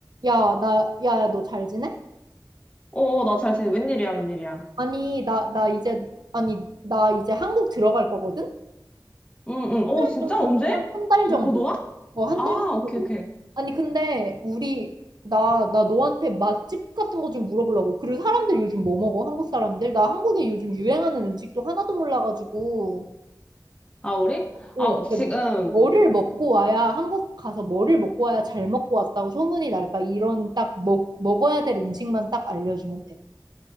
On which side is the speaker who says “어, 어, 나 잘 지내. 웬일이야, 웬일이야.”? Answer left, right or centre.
Left